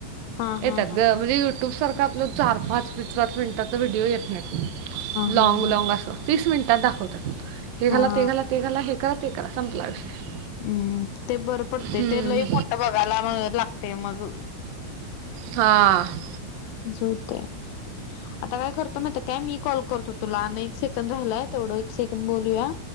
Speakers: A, on the left (about 80°); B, on the right (about 75°).
A: हा
B: येतात
A: हा
B: ग म्हणजे युट्यूब सारखा आपलं चार पाच बिच पाच मिनिटांच व्हिडिओ येत नाहीं. लाँग
A: हा हा.
B: लाँग असं तीस मिनिटांत दाखवतात हे घाला
A: हा
B: ते घाला ते घाला हे करा ते करा संपला विषय.
A: हम्म ते बरं पडते
B: हम्म.
A: ते लई मोठं बघायला ला लागतेय मगं.
B: हां.
A: झोवतेय आता काय करतो माहित काय मी कॉल करतो तुला, आण एक सेकंद राहिलाय तेवढं एक सेकंद बोलूया